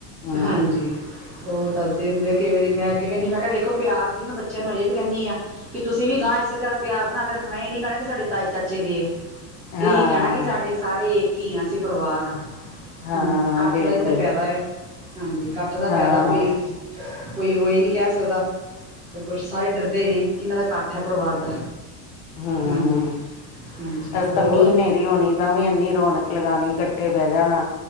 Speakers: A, on the left; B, on the right.
A: ਹਮ
B: ਹਾਂਜੀ ਉਹ ਦੱਸਦੇ ਹੁੰਦੇ ਕਈ ਵਾਰੀ ਮੈਂ ਅੱਗੇ ਕਹਿੰਦੀ ਮੈਂ ਕਿਹਾ ਦੇਖੋ ਪਿਆਰ ਸੀ ਮੈਂ ਬੱਚਿਆਂ ਨੂੰ ਅਜੇ ਵੀ ਕਹਿੰਦੀ ਹਾਂ ਕਿ ਤੁਸੀਂ ਵੀ ਗਾਂ ਇਸੇ ਤਰ੍ਹਾਂ ਪਿਆਰ ਬਣਾ ਕੇ ਰੱਖਣਾ ਇਹ ਨੀ ਕਹਿਣਾ ਕਿ ਸਾਡੇਾਏ ਚਾਚੇ ਦੇ ਆ ਇਹੀ
A: ਹਾਂ
B: ਕਹਿਣਾ ਕਿ ਸਾਡੇ ਸਾਰੇ ਘੀਆਂ ਸੀ ਪਰਿਵਾਰ
A: ਹਾਂ
B: ਹਮ ਕੱਠ
A: ਬਿਲਕੁਲ
B: ਦਾ ਹੀ ਤਾਂ ਫਾਇਦਾ ਆ ਹਾਂਜੀ ਇਕੱਠ ਦਾ
A: ਹਾਂ
B: ਕਾਇਦਾ ਕੋਈ ਕੋਈ ਉਹ ਇਹ ਨਹੀਂ ਕਹਿ ਸਕਦਾ ਕੁਛ ਸਾਰੇ ਡਰਦੇ ਨੇ ਕਿਨਾਂ ਦਾ ਇਕੱਠ ਹੈ ਪਰਿਵਾਰ ਦਾ
A: ਹਮ
B: ਹਾਂਜੀ। ਹਾਂਜੀ
A: ਅਸ
B: ਹੋਰ
A: ਤਾਂ ਮੀਂਹ ਹਨੇਰੀ ਹੋਣੀ ਤਾਂ ਵੀ ਇੰਨੀ ਰੌਣਕ ਲਗਾਉਣੀ ੇ ਬਹਿ ਜਾਣਾ